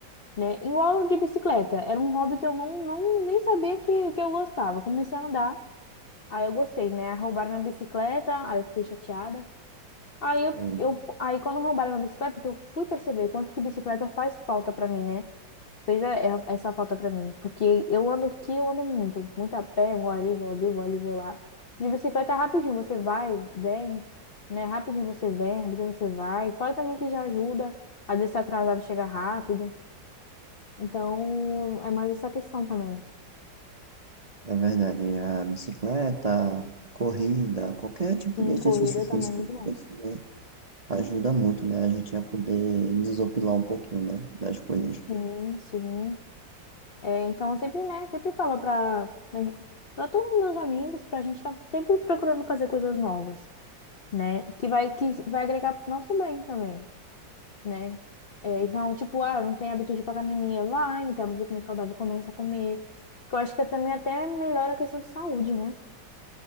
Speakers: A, on the left; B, on the right.
A: né? Igual de bicicleta, era um hobby que eu não, não nem sabia que, que eu gostava. Comecei a andar, aí eu gostei, né? Roubaram minha bicicleta, aí eu fiquei chateada. Aí eu,
B: E,
A: eu aí quando roubaram minha bicicleta, que eu fui perceber quanto que bicicleta faz falta pra mim, né? Fez a- é- essa falta pra mim, porque eu ando aqui, eu ando muito, muito a pé, vou ali, vou ali, vou ali, vou lá. De bicicleta é rapidinho, você vai, vem, né? Rapidinho você vem, rapidinho você vai. Fora também que já ajuda, às vezes tá atrasado, chega rápido. Então, é mais essa questão também.
B: é verdade, a bicicleta, corrida, qualquer tipo
A: Sim,
B: de exercício
A: corrida também
B: físico,
A: é muito bom.
B: você ajuda muito, né? A gente a poder desopilar um pouquinho, né? Das coisas.
A: Sim, sim. É, então, eu sempre, né, sempre falo para para todos os meus amigos, para a gente estar sempre procurando fazer coisas novas, né? Que vai, que vai agregar pro nosso bem também, né? É, então, tipo, ah, não tem hábito de ir pra academia, vai, não tem hábito de comer saudável, começa a comer. Que eu acho que também até melhora a questão de saúde, né?